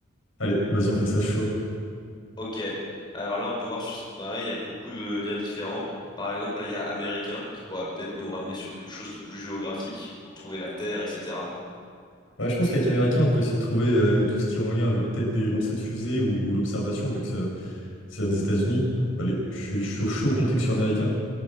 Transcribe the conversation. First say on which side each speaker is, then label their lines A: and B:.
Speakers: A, on the left; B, on the left.
A: Allez, vas-y, on fait ça chaud.
B: Ok. Alors là, on peut voir sur cette marée, il y a beaucoup de liens différents. Par exemple, là, il y a américain qui pourrait peut-être nous ramener sur quelque chose de plus géographique pour trouver la Terre, etc.
A: Ouais, je pense qu'avec Américain, on peut essayer de trouver euh, tout ce qui est en lien avec peut-être des lancers de fusées ou, ou l'observation, vu que ça- c'est aux États-Unis. Bah, Allez, je suis chaud, chaud qu'on clique sur Américain.